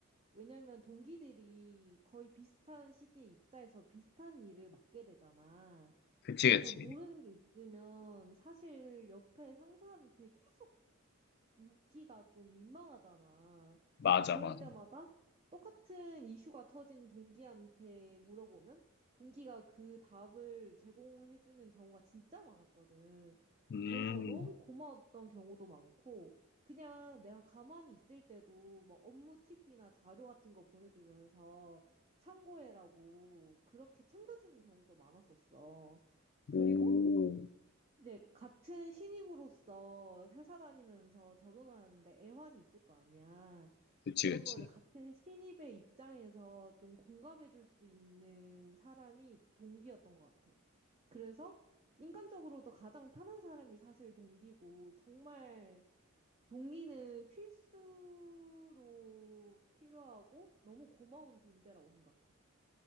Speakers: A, on the right; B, on the left.
A: 왜냐면 동기들이 거의 비슷한 시기에 입사해서 비슷한 일을 맡게 되잖아.
B: 그치,
A: 그래서
B: 그치.
A: 모르는 게 있으면 사실 옆에 상사한테 계속 묻기가 좀 민망하잖아.
B: 맞아,
A: 그럴
B: 맞아.
A: 때마다 똑같은 이슈가 터진 동기한테 물어보면 동기가 그 답을 제공해주는 경우가 진짜 많았거든.
B: 음,
A: 그래서 너무 고마웠던 경우도 많고, 그냥 내가 가만히 있을 때도 막 업무 팁이나 자료 같은 거 보내주면서 참고해라고 그렇게 챙겨주는 경우도 많았었어. 그리고
B: 오,
A: 이제 같은 신입으로서 회사 다니면서 적응하는데 애환이 있을 거 아니야.
B: 그치,
A: 그런
B: 그치.
A: 거를 같은 신입의 입장에서 좀 공감해 줄 수 있는 사람이 동기였던 것 같아. 그래서 인간적으로도 가장 편한 사람이 사실 동기고, 정말 동기는 필수로 필요하고 너무 고마운 존재라고 생각해.